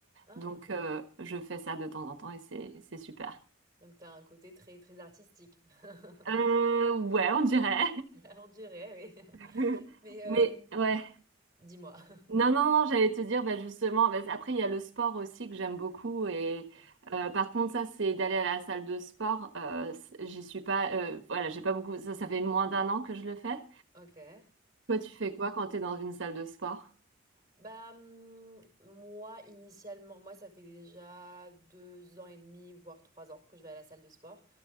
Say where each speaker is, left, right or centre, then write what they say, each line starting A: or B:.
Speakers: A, on the right; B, on the right.
A: Ah,
B: Donc, euh, je fais ça de temps en temps et c'est, c'est super.
A: donc tu as un côté très très artistique. <laughs>
B: Euh, ouais, on dirait.
A: On dirait, oui.
B: <laughs>
A: <laughs> Mais
B: Mais
A: euh,
B: ouais.
A: dis-moi. <laughs>
B: Non, non, non, j'allais te dire, bah, justement, bah, après, il y a le sport aussi que j'aime beaucoup. Et
A: Ouais.
B: euh, par contre, ça, c'est d'aller à la salle de sport. Euh, c- j'y suis pas, euh, voilà, j'ai pas beaucoup. Ça, ça fait moins d'un an que je le fais.
A: Ok.
B: Toi, tu fais
A: Et
B: quoi quand tu es dans une salle de sport?
A: Bah, hum, moi, initialement, moi, ça fait déjà deux ans et demi, voire trois ans que je vais à la salle de sport.